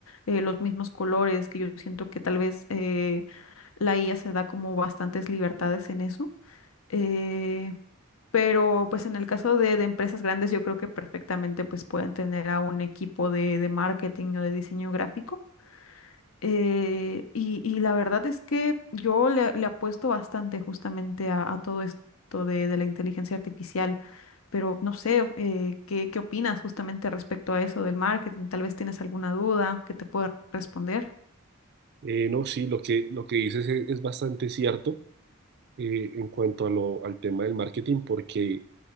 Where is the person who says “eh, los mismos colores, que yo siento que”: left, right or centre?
Left